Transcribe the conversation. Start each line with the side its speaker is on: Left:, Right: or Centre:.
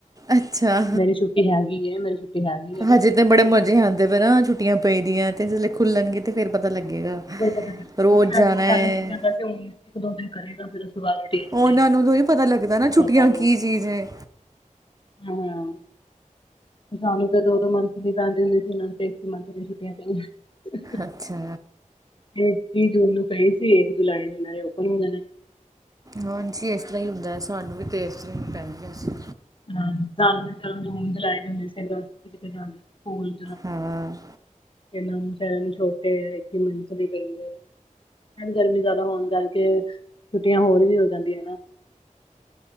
Right: ਅੱਛਾ
Left: ਮੇਰੀ ਛੁੱਟੀ ਹੈਗੀ ਮੇਰੀ ਛੁੱਟੀ ਹੈਗੀ।
Right: ਹਜੇ ਤੇ ਬੜੇ ਮਜੇ ਆਦੇ ਪਏ ਨਾ ਛੁੱਟੀਆਂ ਪਈਦੀਆਂ ਤੇ ਜਿਲ੍ਹੇ ਖੁੱਲਣਗੇ ਤੇ ਫੇਰ ਪਤਾ ਲੱਗੇਗਾ।
Left: ਫੇਰ ਪਤਾ ਲਗੇਗਾ।
Right: ਰੋਜ਼ ਜਾਣਾ
Left: ਹਜੇ ਤਾ
Right: ਹੈ।
Left: ਪਹਿਲੇ ਕਹਿੰਦਾ ਸੀ ਹੁਣ ਇੱਕ ਦੋ ਦਿਨ ਕਰੇਗਾ ਫਿਰ ਉਸ ਤੋ ਬਾਅਦ ਰੂਟੀਨ ਹੋ
Right: ਉਹਨਾਂ
Left: ਜਾਏਗੀ
Right: ਨੂੰ ਉਦੋ ਨੀ ਪਤਾ ਲੱਗਦਾ ਨਾ ਛੁੱਟੀਆਂ
Left: ਕਰਦਾ ਰਹੇਗਾ
Right: ਕੀ ਚੀਜ਼ ਐ।
Left: ਹਾਂ ਸਾਨੂੰ ਤੇ ਦੋ ਦੋ ਮੰਥ ਦੀ ਪੈਂਦੀ ਹੁੰਦੀ ਸੀ ਉਹਨਾਂ ਨੂੰ ਤੇ ਇੱਕ ਮੰਥ ਦੀ ਛੁੱਟੀਆਂ ਪਈਆਂ।
Right: ਅੱਛਾ।
Left: ਇਹ ਤੀ ਜੂਨ ਨੂੰ ਪਈ ਸੀ ਇੱਕ ਜੁਲਾਈ ਨਾਲ ਓਪਨ ਹੋ ਜਾਣਾ ਏ।
Right: ਹਾਂਜੀ ਇਸ ਤਰ੍ਹਾਂ ਹੀ ਹੁੰਦਾ ਸਾਨੂੰ ਵੀ ਤੇ ਇਸ ਤਰ੍ਹਾਂ ਹੀ ਪੈਂਦੀਆਂ ਸੀ।
Left: ਹਾਂ ਸਨ ਚਲ ਜੂਨ ਜੁਲਾਈ ਚ ਹੁੰਦੀ ਸੀ। ਸਕੂਲ
Right: ਹਾਂ
Left: ਇਹਨਾਂ ਨੂੰ ਵਿਚਾਰੇ ਛੋਟੇ ਇੱਕ ਹੀ ਮੰਥ ਦੀ ਪਈ ਹੈ। ਫੇਰ ਗਰਮੀ ਜ਼ਿਆਦਾ ਹੋਣ ਕਰਕੇ ਛੁੱਟੀਆਂ ਹੋਰ ਵੀ ਹੋ ਜਾਂਦੀਆਂ ਨੇਂ ਨਾ।